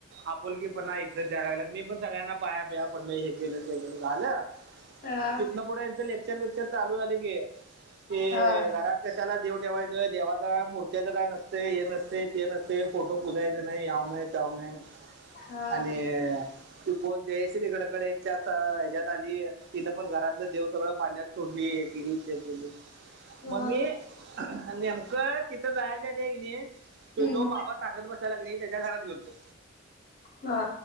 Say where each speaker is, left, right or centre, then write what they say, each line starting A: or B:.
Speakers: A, on the right (about 55°); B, on the left (about 45°).
A: आपुलकी पणा इज्जत द्यायला लागल्यात. मी पण सगळ्यांना पाया पिया पडलो हे केलं. झालं
B: हा
A: तिथंन पुुढ यांच लेक्चर बिक्चर चालू झालं की. ते
B: हा
A: घरात कशाला देव ठेवायचं देवाचं काय मूर्त्याच काय नसते हे नसते ते नसते फोटो पुजायच नाही ह्याव नाही त्याऊन नाही
B: हा
A: आणि कोण जयश्री गडकरे. त्यात ह्याच्यात आली तिनं पण घरातलं देव सगळं पाण्यात सोडली हे केली ते केली.
B: हा
A: मम्मी नेमकं तिथं जायचं आधी हाय कणी, ते
B: हम्म
A: जो बाबा सांगत बसलेला कणी त्यांच्या घरात गेलतो.
B: हा.